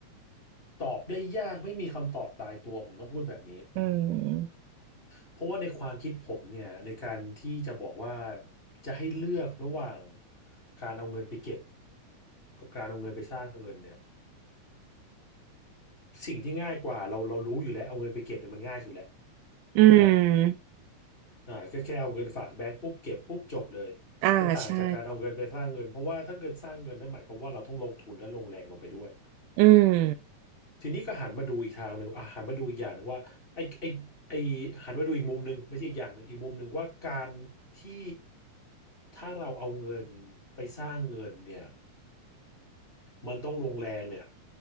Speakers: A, on the left; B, on the right.
A: ตอบได้ยากไม่มีคำตอบตายตัวผมต้องพูดแบบนี้
B: อืม
A: เพราะว่าในความคิดผมเนี่ยในการที่จะบอกว่าจะให้เลือกระหว่างการเอาเงินไปเก็บกับการเอาเงินไปสร้างเงินเนี่ยสิ่งที่ง่ายกว่าเราเรารู้อยู่แล้วเอาเงินไปเก็บเนี่ยมันง่ายสุดแหละถูกไหมฮะ
B: อืม
A: อ่าก็แค่เอาเงินฝากแบงก์ปุ๊บเก็บปุ๊บจบเลย
B: อ่าใช่
A: จะต่างจากการเอาเงินไปสร้างเงินเพราะว่าถ้าเงินสร้างเงินนั่นหมายความว่าเราต้องลงทุนและลงแรงลงไปด้วย
B: อืม
A: ทีนี้ก็หันมาดูอีกทางหนึ่งอ่ะหันมาดูอีกอย่างหนึ่งว่าไอ้ไอ้ไอ้หันมาดูอีกมุมหนึ่งไม่ใช่อีกอย่างหนึ่งอีกมุมหนึ่งว่าการที่ถ้าเราเอาเงินไปสร้างเงินเนี่ยมันต้องลงแรงเนี่ย